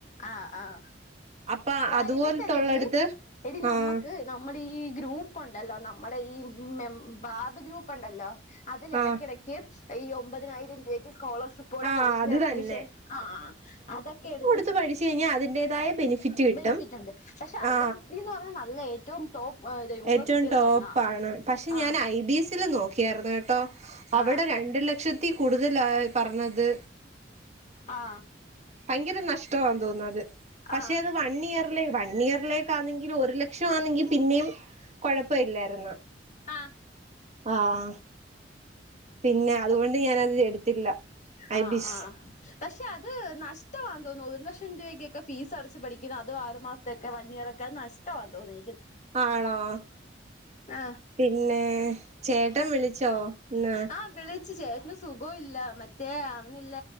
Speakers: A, on the left; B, on the right.
A: ആഹ ആഹ
B: അപ്പൊ
A: പ്രൈവറ്റ്
B: അതുപോലത്തുള്ളടുത്ത്
A: അല്ലടി. എടി നമുക്ക്
B: ആഹ്
A: നമ്മുടെ ഈ ഗ്രൂപ്പ് ഉണ്ടല്ലോ നമ്മുടെ ഈ ബാബ ഗ്രൂപ്പ് ഉണ്ടല്ലോ അതല്ല
B: ആഹ്
A: എടക്കെടക്ക് ഈ ഒമ്പതിനായിരം രൂപയ്ക്ക് സ്കോളർഷിപ്പ
B: ആഹ്
A: ഹോസ്റ്റ
B: അത്
A: അഡ്മിഷൻ
B: തന്നെ
A: ആ അതൊക്കെ എടു
B: പഠിച്ച കഴിഞ്ഞാൽ അതിന്റേതായ ബെനിഫിറ്റ് കിട്ടും
A: ബെനിഫിറ്റ് ഉണ്ട് പക്ഷെ
B: ആ
A: ഐ എസ് എസ് ബി എന്ന് പറഞ്ഞാൽ നല്ല ഏറ്റവും ടോപ്പ് ഇത് യൂണിവേഴ്സിറ്റികളിൽ
B: ഏറ്റവും ടോപ്പ
A: ഒന്നാ
B: ആണ് പക്ഷെ
A: ആ
B: ഞാൻ ഐ ബി എസിൽ നോക്കിയരുന്ന ട്ടോഅവിടെ
A: ആ
B: രണ്ടിലും ക്ഷത്തി കൂടുതൽ ആ പറഞ്ഞത്
A: ആ
B: ഭയങ്കര നഷ്ടമാ തോന്ന അത് പക്ഷേ
A: ആ
B: അത് വണ്ടിയറെ വൺ ഇയറിലേക്ക ആണെങ്കിൽ ഒരു ലക്ഷംമാണെങ്കിൽ പിന്നെയും കൊഴപ്പ ഇല്ലായിരുന്നാ
A: ആ
B: ആഹ പിന്നെ അതുകൊണ്ട് ഞാനത് എടുത്തില്ല ഐ
A: ആ
B: ബിസ്
A: ആ പക്ഷെ അത് നഷ്ടവാൻ തോന്നുന്നു ഒരു ലക്ഷം രൂപയ്ക്കൊക്കെ ഫീസ് അടച്ച് പഠിക്കുന്ന അും ആറു മാസത്തൊക്കെ വൺ ഇയർ ഒക്കെ അത് നഷ്ടവാൻ തോന്നി
B: ആണോ
A: ആ
B: പിന്നെ ചേട്ടൻ ചേട്ടൻ വിളിച്ചോ എന്ന
A: ആഹ് വിളിച്ചു ചേട്ടന് സുഖവും ഇല്ല മറ്റേ അന്നില്ല